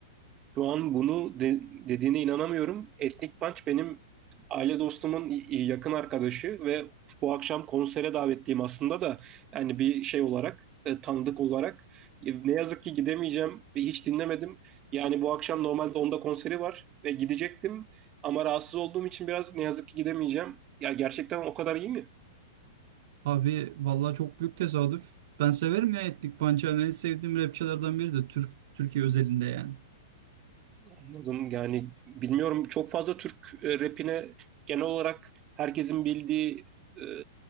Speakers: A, on the right (about 25°); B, on the right (about 60°).
A: Şu an bunu de- dediğine inanamıyorum. Etnik Punch benim aile dostumun y- yakın arkadaşı ve bu akşam konsere davetliyim aslında da yani bir şey olarak e, tanıdık olarak E, ne yazık ki gidemeyeceğim ve hiç dinlemedim. Yani bu akşam normalde onda konseri var ve gidecektim ama rahatsız olduğum için biraz ne yazık ki gidemeyeceğim. Ya gerçekten o kadar iyi mi?
B: Abi vallahi çok büyük tesadüf. Ben severim ya Etnik Punch'ı. Hani en sevdiğim rapçilerden biri de Türk, Türkiye özelinde yani.
A: Anladım. Yani bilmiyorum çok fazla Türk e, rapine genel olarak herkesin bildiği e,